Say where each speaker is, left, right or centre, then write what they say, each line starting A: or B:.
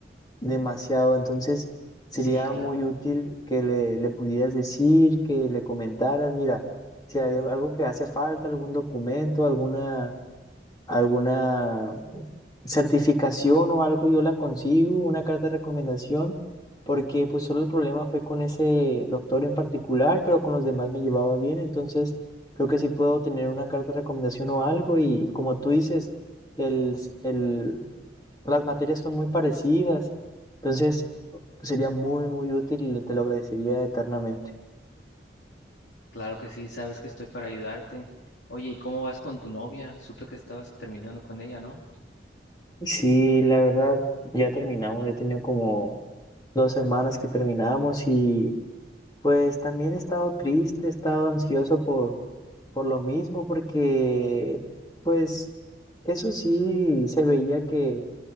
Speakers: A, on the left (about 20°); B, on the left (about 75°).
A: demasiado. Entonces, sería
B: Sí, claro,
A: muy útil que le, le pudieras decir, que le comentaras, mira, si hay algo que hace falta, algún documento, alguna, alguna certificación o algo, yo la consigo, una carta de recomendación, porque pues solo el problema fue con ese doctor en particular, pero con los demás me llevaba bien, entonces creo que sí puedo tener una carta de recomendación o algo y como tú dices, el, el las materias son muy parecidas, entonces sería muy, muy útil y te lo agradecería eternamente.
B: claro que sí, sabes que estoy para ayudarte. Oye, ¿y cómo vas con tu novia? Supe que estabas terminando con ella, ¿no?
A: Sí, la verdad, ya terminamos, ya he tenido como dos semanas que terminamos y pues también he estado triste, he estado ansioso por, por lo mismo, porque pues eso sí se veía que,